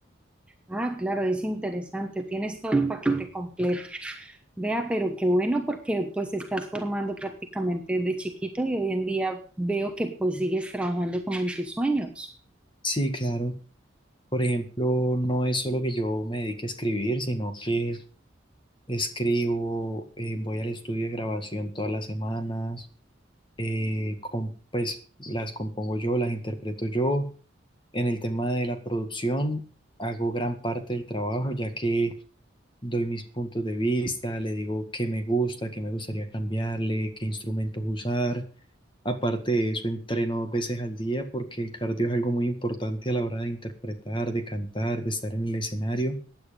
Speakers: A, in the centre; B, on the left.
A: Ah, claro, es interesante, tienes todo el paquete completo. Vea, pero qué bueno porque pues estás formando prácticamente desde chiquito y hoy en día veo que pues sigues trabajando como en tus sueños.
B: Sí, claro. Por ejemplo, no es solo que yo me dedique a escribir, sino que escribo, eh, voy al estudio de grabación todas las semanas eh, com- pues las compongo yo, las interpreto yo. En el tema de la producción, hago gran parte del trabajo, ya que doy mis puntos de vista, le digo qué me gusta, qué me gustaría cambiarle, qué instrumentos usar. Aparte de eso, entreno dos veces al día porque el cardio es algo muy importante a la hora de interpretar, de cantar, de estar en el escenario